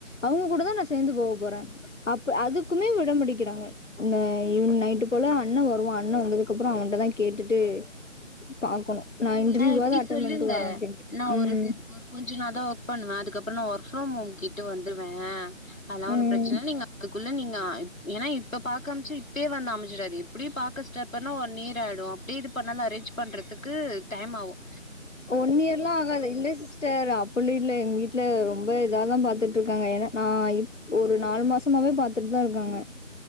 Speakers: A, on the left; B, on the left.
A: அவுங்க கூட தான் நான் சேர்ந்து போக போறன் அப்ப அதுக்குமே விட மாட் கிறாங்க ஈவினிங் நைட் போல அண்ண வருவான் அண்ண வந்ததுக்கு அப்பறம் அவன் கிட்ட தான் கேட்டுட்டு பாக்கணு
B: நீங்க
A: நா இன்டர்வியூவாது
B: இப்டி
A: அட்டன்
B: சொல்லுங்க
A: பண்ட்டு வரே அப்டின்ட்டு
B: நான்
A: ம்
B: ஒரு ஒரு கொஞ்ச நாள் தான் ஒர்க் பண்ணுவேன் அதுக்கப்பறம் நா ஒர்க் ஃப்ரம் ஹோம் கே டு வந்துருவேன் அதெல்லாம் ஒன்னும்
A: ம்
B: பிரச்சன நீங்க அதுக்குள்ள நீங்க ஏன்னா இப்ப பாக்க அமிச்சு இப்பே வந்து அமன்ஜிடாது இப்படியும் பாக்க ஸ்டார்ட் பண்ணோம் ஒன் இயர் ஆயிடும் அப்டியே இது பண்ணாலும் அரேன்ச் பண்றதுக்கு டைம் ஆவும்
A: ஒன் இயர்லாம் ஆகாது இல்ல சிஸ்டர் அப்டில்ல இல்ல எங்க வீட்டுல ரொம்ப ரொம்ப இத தான் பாத்துட்டு இருக்காங்க ஏன்னா நா இப் ஒரு நாலு மாசமாவே பாத்து திட் தான் இருக்காங்க